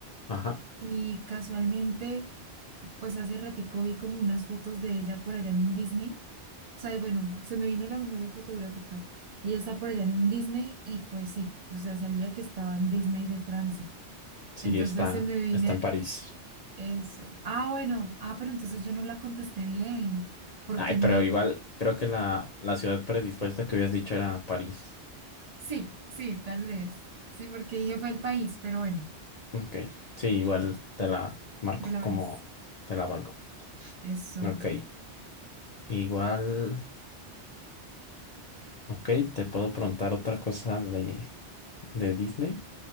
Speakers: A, on the left; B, on the right.
A: ajá,
B: y casualmente, pues hace ratico vi como unas fotos de ella por allá en un Disney. O sea, y bueno, se me vino la memoria fotográfica y ella está por allá en un Disney y pues sí, o sea, salía que estaba en Disney de Francia.
A: sí,
B: Entonces
A: está,
B: se me viene
A: está en París.
B: eso. Ah, bueno, ah, pero entonces yo no la contesté bien, porque
A: Ay, pero
B: no,
A: igual creo que la, la ciudad predispuesta que habías dicho era París.
B: sí, sí, tal vez. Sí, porque dije fue el país, pero bueno,
A: Ok, sí, igual te la marco
B: me la vales.
A: como te la valgo.
B: Eso,
A: Ok, igual, ok, te puedo preguntar otra cosa de, de Disney.